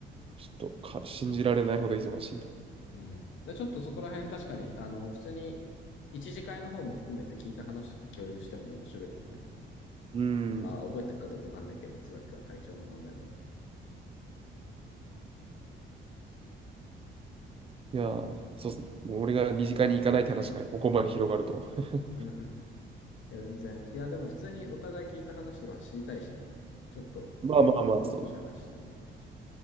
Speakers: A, on the right; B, on the left.
A: ちょっとか信じられないほど忙しいと。
B: うん。で、ちょっとそこら辺確かに、あの、普通に一次会の方も含めて聞いた話とか共有しても面白いかもね。
A: うん。
B: まあ覚えてるかどうかわかんないけど、椿君は体調の問題もあって。
A: いやー、そうっすね。もう俺が二次会に行かないって話からここまで広がるとは。<laughs>
B: うんいや、全然。いや、でも普通にお互い聞いた話とか知りたいしね。ちょっと、
A: まあまあまあ、
B: もう少し話してもいいかもしれない。
A: その